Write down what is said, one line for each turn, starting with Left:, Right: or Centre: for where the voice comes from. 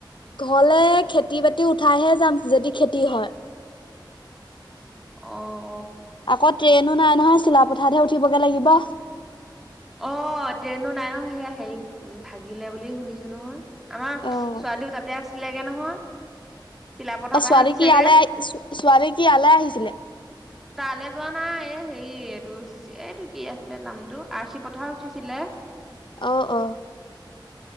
Left: ঘৰলে খেতি বাতি উঠাইহে যাম যদি খেতি হয়
Centre: অ
Left: আকৌ ট্ৰেইনো নাই নহয় চিলাপথাৰহে উঠিবগে লাগিব।
Centre: অ ট্ৰেইনো নাই ন সেয়া হেৰি ভাগিলে বুলি শুনিছো নহয় আমাৰ
Left: অ'
Centre: ছোৱালীও তাতে আছিলেগে নহয়। চিলাপথাৰ
Left: অ
Centre: পৰাহে
Left: ছোৱালী
Centre: উঠিছেগে
Left: কি ইয়ালে আহ ছোৱালী কি ইয়ালে আহিছিলে।
Centre: তালৈ যোৱা নাই এই হেৰি এইটো এইটো কি আছিলে নামটো আৰ চি পথাৰত উঠিছিলে।
Left: অহ অহ